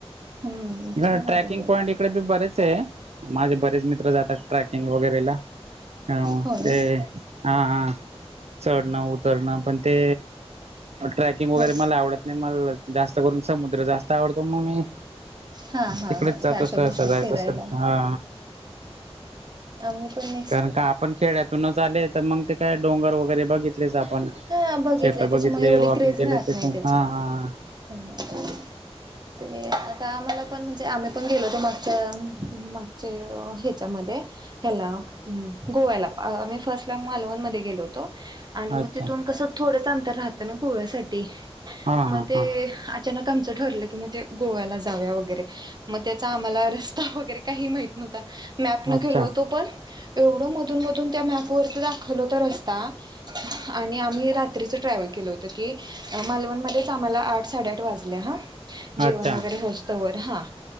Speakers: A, on the right; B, on the right.
A: हम्म
B: हं
A: छान वाटून
B: ट्रॅकिंग
A: जात
B: पॉइंट एक इकडे बी बरेच आहे, माझे बरेच मित्र जातात. ट्रॅकिंग वगैरेला हा,
A: हो ना
B: ते हा हा चढना उतरणं पण ते ट्रॅकिंग वगैरे
A: हा
B: मला आवडत नाही मला जास्त करून समुद्र जास्त आवडतो म मी
A: हा हा
B: तिकडेच जातो
A: ह्या अशा
B: सरसा
A: गोष्टी फिरायला.
B: जायचं असेल हा.
A: आम्ही पण ए
B: कारण का आपण खेड्यातूनच आले आहे तर मग ते काय डोंगर वगैरे बघितलेच आपण.
A: हा बघितलंय
B: शेत बघितले
A: त्याच्यामुळे एवढी
B: वॉकिंग
A: क्रेज
B: केले
A: राहत
B: त्याच्या
A: नाही त्याची.
B: हा हा
A: ह ते आता आम्हाला पण म्हणजे, आम्ही पण गेलो होतो मागच्या. मागच्या हेच्या मध्ये, हेला गोव्याला आम्ही फर्स्ट ला, मालवण मध्ये गेलो होतो. आणि मग
B: अच्छा
A: तिथून कसं थोडंच अंतर राहतं ना गोव्यासाठी
B: हा
A: मग
B: हा
A: ते
B: हा
A: आ अचानक आमचं ठरलं की म्हणजे गोव्याला जाऊया वगैरे मग त्याचा आम्हाला रस्ता वगैरे काहीही माहित नव्हत. मॅप न
B: अच्छा
A: गेलो होतो पण एवढं मधून मधून त्या मॅप पूर्त दाखवला होता रस्ता आणि आम्ही रात्री असं ट्रॅव्हल केलं होतं, की मालवण मध्येच आम्हाला आठ, साडेआठ वाजले. हा.
B: अच्छा
A: जेवण वगैरे होऊस्तवर हा